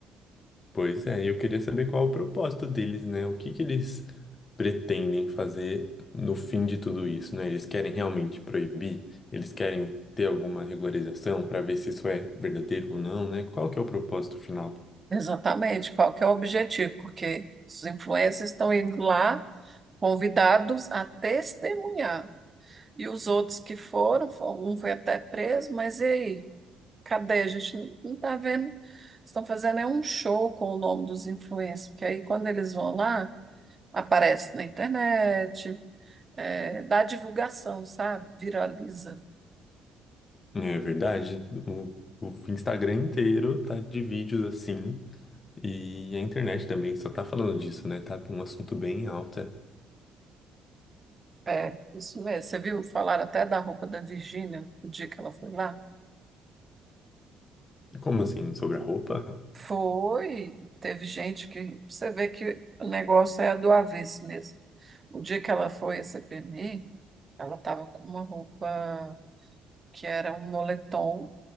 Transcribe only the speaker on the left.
Pois é, eu queria saber qual é o propósito deles, né? O que que eles pretendem fazer no fim de tudo isso, né? Eles querem realmente proibir? Eles querem ter alguma regularização para ver se isso é verdadeiro ou não, né? Qual que é o propósito final?
É verdade, o, o Instagram inteiro tá de vídeos assim, e a internet também só tá falando disso, né? Tá um assunto bem alta.
Como assim? Sobre a roupa?